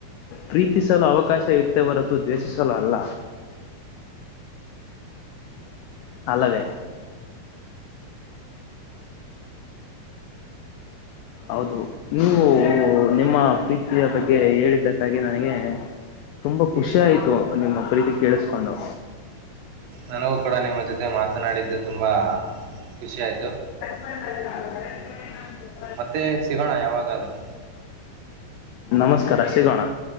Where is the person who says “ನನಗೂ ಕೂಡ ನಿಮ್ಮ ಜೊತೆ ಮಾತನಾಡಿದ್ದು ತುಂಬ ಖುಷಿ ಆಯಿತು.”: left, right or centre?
Right